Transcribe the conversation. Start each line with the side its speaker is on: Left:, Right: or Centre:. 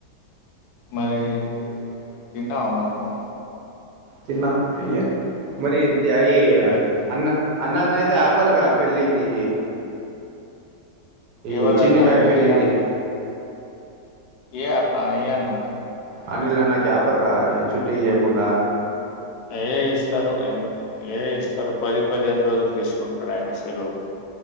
Left: మరి తిన్నావా మరే ను
Right: తిన్న అయ్య మరీ అద యయే
Left: గట్
Right: అన్న అన్నాన్న ఐతే ఆపరుక పెళ్ళికి ఈ
Left: ఎవరాన్నా
Right: చిన్నిబాయి పెళ్ళికి
Left: ఏ అన్న ఏ యప్ప ఏ అన్నని
Right: అనిల్ అన్నాక్యాపర్గా ఈ చుట్టి చేయకుండా
Left: ఏ ఇస్తారు ఎందుకు ఏ ఇస్తారు. పది పదిహేను రోజులు తీసుకుంటాడు ఆయన సెలవులు